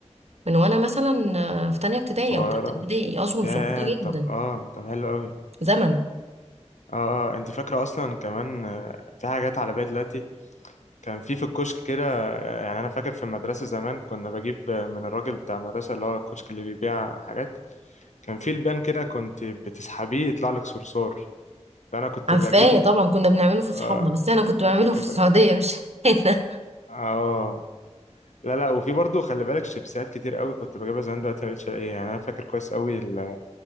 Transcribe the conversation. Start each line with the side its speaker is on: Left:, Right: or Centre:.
Right: من وانا مثلا آه، في تانية ابتدائي
Left: صغيره
Right: او تالتة ابتدائي اصلا
Left: ياه
Right: صعوبه جدا
Left: طب اه طب حلو قوي
Right: زمن
Left: اه اه انت فاكره اصلا كمان آه، في حاجات على بالي دلوقتي كان في في الكشك كده آه، يعني انا فاكر في المدرسه زمان كنا بجيب آه، من الراجل بتاع المدرسه اللي هو الكشك اللي بيبيع حاجات كان في لبان كده كنت بتسحبيه يطلع لك صرصار ده انا كنت
Right: عارفاه
Left: بجيبه
Right: طبعا كنا بنعمله في صحابنا
Left: آه
Right: بس انا كنت بعمله
Left: كنت
Right: في السعوديه مش <laughs> هنا
Left: اه لا لا وفي برضه خلي بالك شيبسيات كتير قوي كنت بجيبها زمان دلوقتي ما بقتش الاقيها يعني انا فاكر كويس قوي ال-